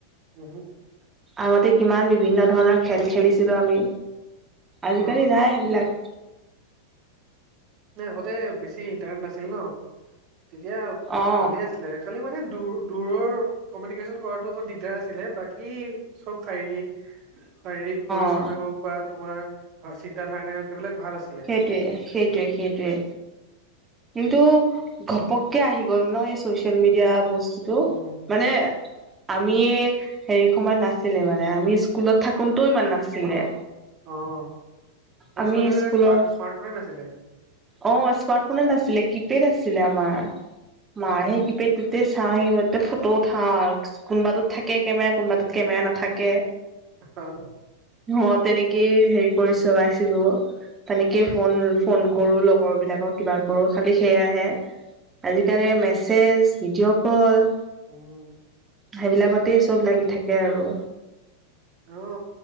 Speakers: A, on the right; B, on the right.
A: উহু।
B: আগতে কিমান বিভিন্ন ধৰণৰ খেল খেলিছিলো আমি। আজি
A: অ
B: কালি নাই সেইবিলাক।
A: যে আগতে বেছি ইণ্টাৰনেট নাছিল ন তেতিয়া
B: অ
A: ভালে আছিলে। খালী মানে দূৰ দূৰৰ ফমিনিকেশ্যন কৰাটো অক দিগদাৰ আছিলে বাকী চব শাৰীৰিক শাৰীৰিক পৰিশ্ৰমে
B: অ
A: হওক বা তোমাৰ চিন্ত ধাৰণাই হওক সেইবিলাক ভাল আছিল।
B: সেইটোয়ে সেইটোয়ে সেইটোয়ে। কিন্তু ঘপককে আহি গ'ল ন এই ছচিয়েল মিডিয়া বস্তুটো।
A: উম
B: মানে আমিয়ে হেৰি সময়ত নাছিলে মানে আমি স্কুলত থাকোনটোও ইমান নাছিলে।
A: অ <unintelligible>
B: আমি
A: স্মা
B: স্কুলৰ
A: স্মাৰ্টফোনে নাছিলে।
B: অ স্মাৰ্ট ফোন নাছিলে কিপেড আছিলে আমাৰ মাৰ
A: উম
B: সেই কিপেড তে চাওঁ সেই কেবাতাতে ফটো উঠাওঁ আৰু কোনোবাত থাকে কেমেৰা কোনোবাটোত কেমেৰা নাথাকে।
A: অ
B: অ তেনেকেই সেই কৰি চলাইছিলো তেনেকে ফোন ফোন কৰো লগৰ বিলাকক কিবা কৰো খালি সেয়াহে। আজিকালি মেছেজ ভিডিঅ' কল
A: উম।
B: সেইবিলাকতে চব লাগি থাকে আৰু।
A: অ